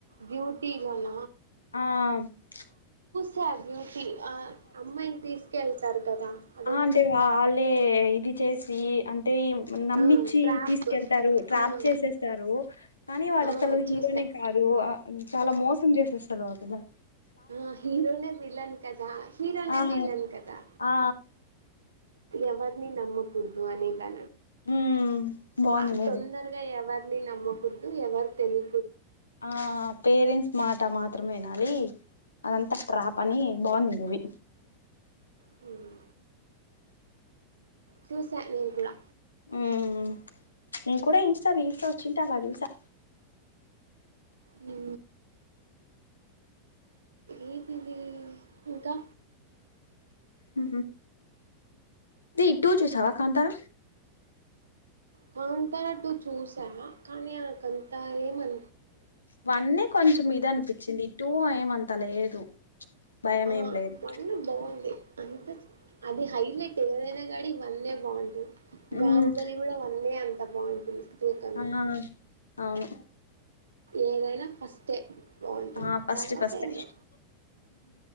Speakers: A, on the right; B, on the left.
A: బ్యూటీ ఇగోన
B: ఆ చ్చ
A: సబ్య ఫ అమ్మాయిని తీసుకెళ్తారు కదా అదే
B: ఆ
A: కదా
B: అంటే గా అలే ఎ ఇది చేసి అం థీమ్ నమ్మించి
A: ఆ ట్రాప్
B: తీసుకెళ్తారు ట్రాప్
A: ఆ
B: చేసేస్తారు, కానీ వాడు
A: ఆ
B: అసలు
A: చూసా
B: హీరోనే కాదు చాలా మోసం చేసేస్తారు వాపిలా
A: ఆ హీరోనే విలన్ కదా హీరోనే
B: ఆ
A: విలన్ కదా
B: ఆ
A: ఎవర్ని నమ్మ కుడదు అనేదా
B: ఉమ్ బాగుంది
A: అ
B: మూవీ
A: తొందరగా ఎవ అని నమ్మకద్దు ఎవరు తెలియ
B: ఆ పేరెంట్స్ మాట మాత్రం వినాలి అదంతా ట్రాప్ అని బాగుంది మూవీ
A: హ చూసా నేను కూడా
B: మ్మ్ నేను కూడా ఇన్స్టా రీల్స్ లో వచ్చింటే అలా చూసా
A: ఉ ఏదిది ఇంకా
B: ఉ ర టూ చూసావా కాంతార
A: కాంతరా టు చూసావ కానీ కంతావేమన
B: వన్నే కొంచెం ఇద అనిపించింది టూ ఏమ అంత లేదు భయం
A: ఆ
B: ఏం లేదు
A: అన్న బాగుంది అంత అది హైలైట్ ఏదనా గాడి వన్నె బాగుంటది
B: మ్మ్
A: బాహుబలి కూడా వందే అ ఇ బాగుంటుంది టూ కన్నా
B: అన్నాను అవును
A: ఏదైనా ఫస్టే బాగుంటుంది
B: ఆ ఫస్ట్
A: తర్వాత
B: ఫస్ట్
A: ఏదో